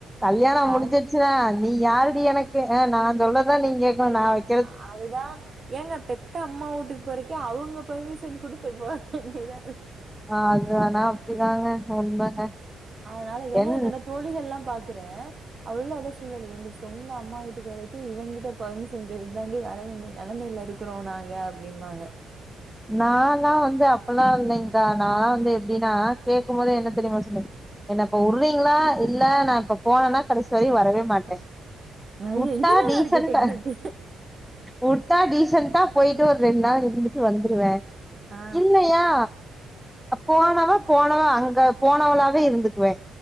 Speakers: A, in the centre; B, on the right.
A: கல்யாணம் முடிஞ்சிச்
B: அ
A: சினா நீ யாருடி எனக்கு அ நா சொல்லதா நீங் கேக்கணு நா வெக்
B: அ அதுதா ஏங்க பெத்த அம்மா வூட்டுக் போறக்கே அவுங்க பெர்மிஷன் குடுத்து போ வேண்டியதா இருக்கு
A: ஆ அது ஆனா அப்டிதாங்க உண்மங்க
B: அதனால எனா
A: என்
B: என்னோட தோழிகள்லாம் பாக்கறே அவளுகுளு அதா சொல்லாளு ஏன்டி சொந்த அம்மா வீட்டுக்கு வரைக்கே இவைங்கிட்ட பெர்மிஷன் கேக்கத் தாண்டி வர வேண்டிய நெலமைல இருக் க்றோ நாங்க அப்டிம்பாங்க
A: நாலா வந்து அப்பல்லா இல்லைங்க்கா நாலா வந்து எப்டினா கேக்கும்போதே என்னத் தெரியுமா சொல்லி என்ன இப்ப
B: ம்
A: உர்றீங்ளா இல்ல நா இப்ப போனனா கடைசி வரையு வரவே மாட்டே
B: ஐய
A: உட்டா
B: இது நல்லா
A: டீசன்ட்ட
B: இருக்கே டெக்னிக்கு
A: உட்டா டீசண்ட்டா போயிட்டு ஒரு ரெண் நாள் இருந்துட்டு வந்துருவே
B: ஆ
A: இல்லயா அப் போனவேப் போனவே அங்க போனவளாவே இருந்துக்வே